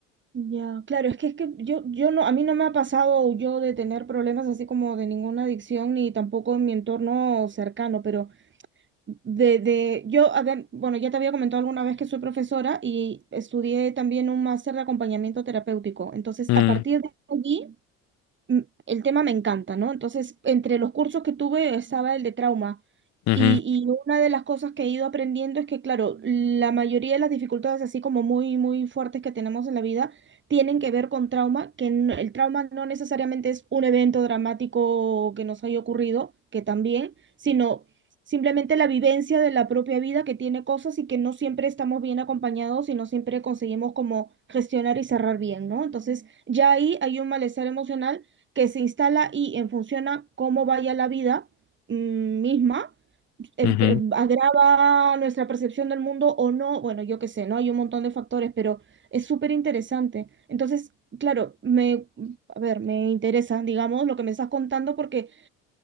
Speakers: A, on the right; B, on the left.
A: Ya, claro, es que es que yo, yo no, a mí no me ha pasado yo de tener problemas así como de ninguna adicción, ni tampoco en mi entorno cercano, pero De, de, yo, a ver, bueno, ya te había comentado alguna vez que soy profesora y estudié también un máster de acompañamiento terapéutico. Entonces,
B: Mm,
A: a partir de allí mm, el tema me encanta, ¿no? Entonces, entre los cursos que tuve estaba el de trauma.
B: ujú,
A: Y, y una de las cosas que he ido aprendiendo es que, claro, la mayoría de las dificultades, así como muy, muy fuertes que tenemos en la vida, tienen que ver con trauma, que no- el trauma no necesariamente es un evento dramático que nos haya ocurrido, que también, sino simplemente la vivencia de la propia vida que tiene cosas y que no siempre estamos bien acompañados y no siempre conseguimos como gestionar y cerrar bien, ¿no? Entonces, ya ahí hay un malestar emocional que se instala y en función a cómo vaya la vida mm, misma, em-
B: ujú.
A: em, agrava nuestra percepción del mundo o no, bueno, yo qué sé, ¿no? Hay un montón de factores, pero es súper interesante. Entonces, claro, me, a ver, me interesa, digamos, lo que me estás contando porque